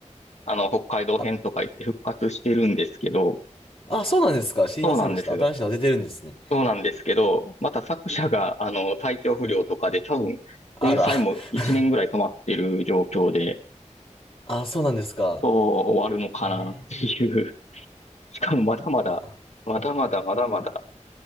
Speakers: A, on the left; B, on the left.
A: あの、北海道編とか言って復活してるんですけど、
B: あ、あ、そうなんですか。知りませんでした。
A: そうなんですよ。
B: 新しいの出てるんですね。
A: そうなんですけど、また作者が、あの、体調不良とかで多分、
B: あら。
A: 連載も1年ぐらい止まってる状況で、
B: <laughs> あ、そうなんですか。
A: そう終わるのかなっていう
B: ええ
A: しかもまだまだ、
B: まあ、
A: まだまだまだまだ